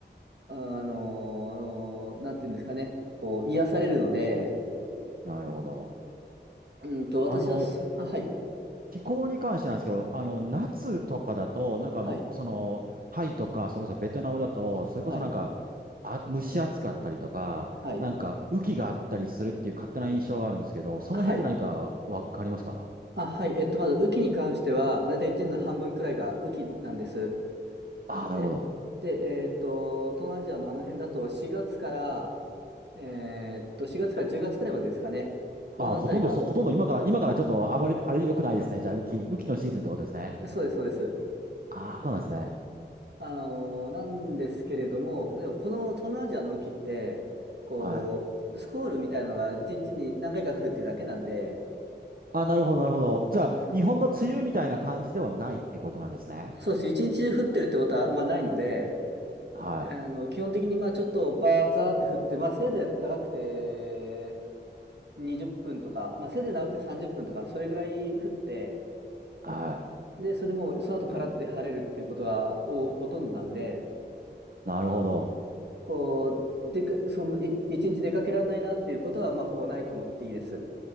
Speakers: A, on the right (about 65°); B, on the right (about 50°).
A: あの、なんていうんですかね、こう、癒されるので、
B: なるほど。
A: うんと、私はす、
B: あの、
A: あ、はい、
B: 気候に関してなんですけど、あの、夏とかだと、なんか、
A: はい、
B: その、タイとか、それこそベトナムだと、それこそなんか、
A: はい、
B: あ、蒸し暑かったりとか、
A: はい。
B: なんか、雨季があったりするっていう勝手な印象があるんですけど、その辺って何かわかりますか
A: あはい。あ、はい。えっと、まず、雨季に関しては、だいたい1年の半分くらいが雨季なんです。
B: ああー、
A: で、
B: なるほど。
A: で、えっと、東南アジアのあの辺だと、4月から、えっと、4月から10月くらいまでですかね。このあたりが、
B: あ、ほとんどそう、ほとんど今から、今からちょっとあまり、あれ良くないですね。じゃあ、雨季、雨季のシーズンってことですね。
A: そうです、そうです。
B: ああ、そうなんですね。
A: あのーなんですけれども、でも、この東南アジアの雨季って、こう、
B: はい。
A: スコールみたいなのが1日にちに何回か降るっていうだけなんで、
B: あ、なるほど、なるほど。じゃあ、
A: あの、
B: 日本の梅雨みたいな感じではないってことなんですね。
A: そうです。1日中降ってるってことは、まあ、ないので、
B: は
A: あの、基本的にまあちょっとバーザーって振って、まあせいぜい長くて20分とか、まあせいぜい長くて30分とか、それぐらい降って、
B: い。は
A: で、それでもうその後からって晴れるっていうことがおほとんどなんで、
B: い。えーなるほど。
A: まあ、こう、でか、その、い、一日出かけられないなっていうことは、まあほぼないと思っていいです。